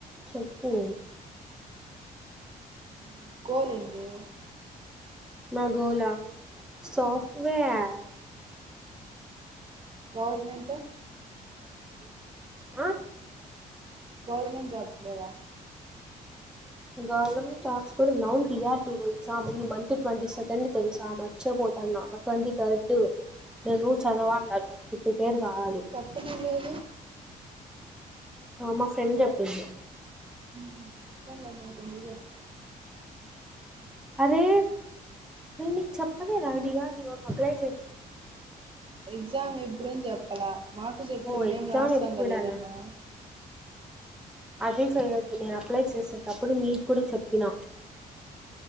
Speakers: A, in the centre; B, on the right.
A: చెప్పు
B: నీ గోల్ ఏంది
A: నా గోలా సాఫ్ట్వేర్
B: గవర్నమెంటు
A: ఆ
B: గవర్నమెంట్ జాబ్స్ లేవా
A: గవర్నమెంట్ జాబ్స్ కూడా ఉన్నాయ్ D R D O exam ఈ మంత్లీ ట్వంటీ సెకండ్ తెల్సా మార్చే పో తన ట్వంటీ థర్డ్ ట్వర్ నేను చదవాలా దానికి ప్రిపేర్ కావాలి
B: చెప్పనే లేదు
A: ఆ మా ఫ్రెండ్ చెప్పింది
B: ఉమ్ హు అంతేలే మాకు ఎందుకు చెప్తారు
A: అరే నేను నీకు చెప్పలే డిఆర్డిఓ కి అప్లై చేసి
B: ఎగ్జామ్ ఎప్పుడని చెప్పాల మాకు చెప్తే
A: ఓ
B: మేం
A: ఎగ్జామ్
B: రాస్తాం
A: ఎప్పుడనా
B: కదా ఏదన్నా
A: అదే చెయ్యొద్దు నేను అప్లై చేసేటప్పుడు నీకు కూడా చెప్పినా